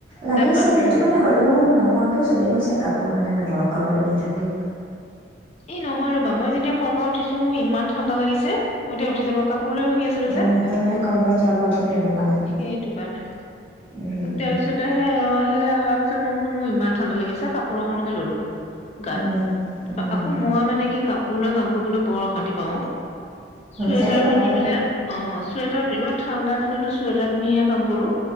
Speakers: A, on the right (about 35°); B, on the left (about 35°).
A: লাগিছে
B: তাৰপা
A: কিন্তু
B: উম
A: মানে হ'লেও নোহোৱাকেও চলি গৈছে কাপোৰ মানে। গৰম কাপোৰ নিপিন্ধাকেও
B: এই নহয় ৰ'বা, মই যেতিয়া শুৱাৰ পৰা উঠিছো মোৰ ইমান ঠাণ্ডা লাগিছে, মোৰ এতিয়া উঠি যাব কাপ শুই আছিল
A: উম আৰু মানে কম্বলৰ তলৰ পৰা উঠিলে তেনেকুৱা লাগে
B: সেইতু কাৰণে
A: উম
B: তাৰ পিছতে এও আহিলে, তাৰ পিছত মই বোলো মোৰ ইমান ঠাণ্ডা গাত
A: উম উম
B: <inaudible> আকৌ মই মানে কি কাপ হলেও কাম কৰিবলৈ বৰ অশান্তি পাওঁ অ '। শ্বেতাৰ
A: সেইটোতো
B: পিন্ধি
A: হয়
B: পেলে অ, স্বেতা পিন মই ঠাণ্ডা দিনটো স্বেতাৰ পিন্ধি হে কাম কৰোঁ।